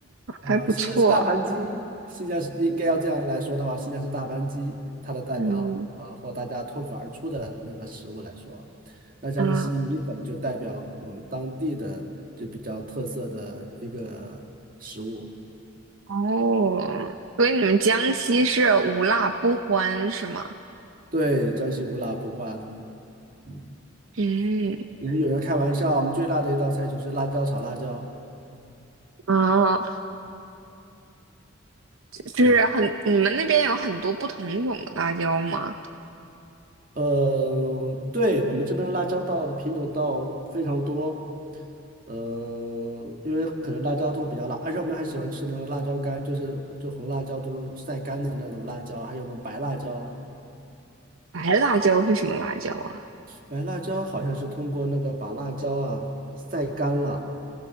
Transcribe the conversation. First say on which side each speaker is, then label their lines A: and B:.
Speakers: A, on the right; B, on the right.
A: 啊，
B: 还不错。
A: 新疆是大盘鸡，新疆是应该要这样来说的话，新疆是大盘鸡，它的代表啊，
B: 嗯
A: 或大家脱口而出的那个食物来说，那江西米粉就代表我们当地的就比较特色的一个食物。
B: 啊，哦，所以你们江西是无辣不欢是吗？
A: 对，江西无辣不欢。嗯，
B: 嗯
A: 也有人开玩笑，我们最辣的一道菜就是辣椒炒辣椒。
B: 啊，就是很，
A: 对，
B: 你们那边有很多不同种的辣椒吗？
A: 嗯，对，我们这边辣椒稻的品种稻非常多，嗯，因为可能辣椒都比较辣，而且我们还喜欢吃那种辣椒干，就是就红辣椒都晒干的那种辣椒，还有那种白辣椒，
B: 白辣椒是什么辣椒啊？
A: 白辣椒好像是通过那个把辣椒啊晒干了，